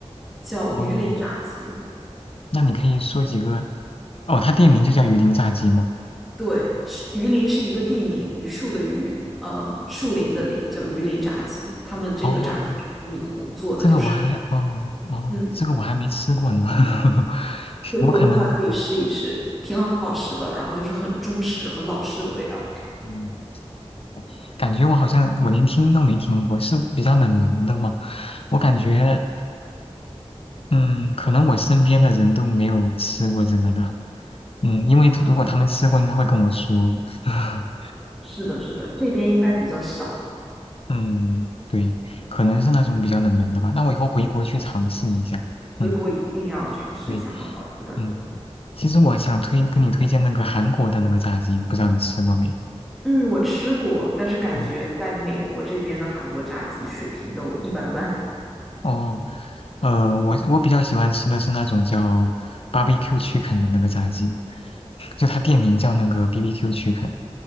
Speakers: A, in the centre; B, on the left.
A: 叫榆林炸鸡。
B: 哦，那你可以说几个？哦，它店名就叫鱼鳞炸鸡吗？
A: 对，是榆林是一个地名，榆树的榆，呃，树林的林，叫榆林炸鸡。他们这个炸鸡是用米糊做的，
B: 哦这个我还哦哦，
A: 就是，嗯，
B: 这个我还没吃过呢。<laughs>
A: 回国的话可以试一试，
B: 我可能嗯
A: 挺好吃的。然后就是很中式、很老式的味道
B: 嗯感觉我好像我连听都没听过，是比较冷门的嘛。我感觉嗯，可能我身边的人都没有吃过这个的。嗯，因为如果他们吃过，
A: 啊。
B: 应该会跟我说。<laughs>
A: 是的，是的，这边应该比较少，
B: 嗯，对，可能是那种比较冷门的吧。那我以后回国去尝试一下。
A: 回国一定要尝试一下，
B: 嗯，对，
A: 很好吃的。
B: 嗯，其实我想推跟你推荐那个韩国的那个炸鸡，不知道你吃过没？
A: 嗯，我吃过，但是感觉在美国这边的韩国炸鸡水平都一般般。
B: 嗯。哦，呃，我我比较喜欢吃的是那种叫 barbecue chicken 的那个炸鸡，就它店名叫那个 BBQ chicken。